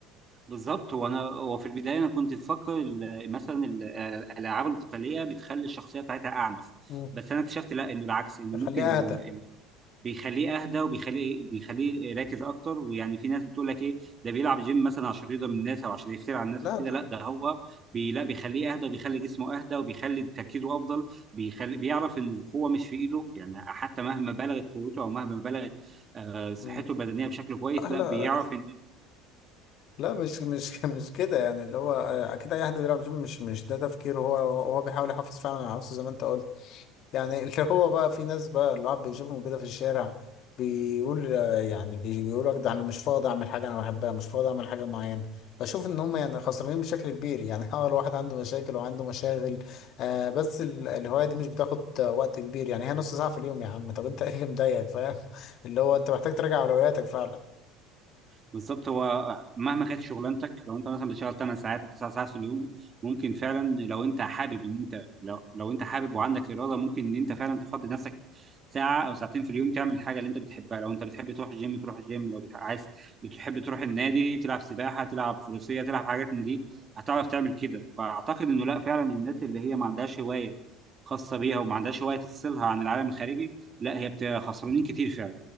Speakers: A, on the right; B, on the left.
A: بالظبط هو انا هو في البدايه انا كنت مفكر ال- مثلا ال- الالعاب القتاليه بتخلي الشخصيه بتاعتها اعنف
B: مم.
A: بس انا اكتشفت لا انه العكس انه
B: يخليها
A: ممكن ال...
B: أهدى
A: ال- بيخليه اهدى وبيخليه إيه، بيخليه راكز اكتر ويعني في ناس بتقول لك ايه ده بيلعب جيم مثلا عشان يرضى من الناس او عشان يفتري على الناس
B: لا
A: او كده
B: لا
A: لا ده هو بي... لا بيخليه اهدى وبيخلي جسمه اهدى وبيخلي تركيزه افضل بيخلي بيعرف ان القوه مش في ايده يعني حتى مهما بلغت قوته او مهما بلغت آه، صحته
B: مم.
A: البدنيه بشكل كويس
B: لا
A: لا
B: لا
A: بيعرف ان
B: لا مش مش <laughs> مش كده يعني اللي هو أكيد أي حد بيلعب جيم مش مش ده تفكيره هو هو بيحاول يحافظ فعلا على نفسه زي ما أنت قلت يعني اللي <laughs> هو بقى في ناس بقى اللي الواحد بيشوفهم كده في الشارع بيقول يعني بيقول لك ده انا مش فاضي اعمل حاجه انا بحبها مش فاضي اعمل حاجه معينه بشوف ان هم يعني خسرانين بشكل كبير يعني <laughs> اه الواحد عنده مشاكل وعنده مشاغل آه بس ال- الهوايه دي مش بتاخد وقت كبير يعني هي نص ساعه في اليوم يا عم طب انت <laughs> ايه اللي مضايقك فاهم <laughs> اللي هو انت محتاج تراجع اولوياتك فعلا
A: بالظبط هو مهما كانت شغلانتك لو انت مثلا بتشتغل 8 ساعات او 9 ساعات في اليوم ممكن فعلا لو انت حابب ان انت لو, لو انت حابب وعندك اراده ممكن ان انت فعلا تفضي نفسك ساعه او ساعتين في اليوم تعمل الحاجه اللي انت بتحبها لو انت بتحب تروح الجيم تروح الجيم لو بتح- عايز بتحب تروح النادي تلعب سباحه تلعب فروسيه تلعب حاجات من دي هتعرف تعمل كده فاعتقد انه لا فعلا الناس اللي هي ما عندهاش هوايه خاصه بيها وما عندهاش هوايه تفصلها عن العالم الخارجي لا هي بت- خسرانين كتير فعلا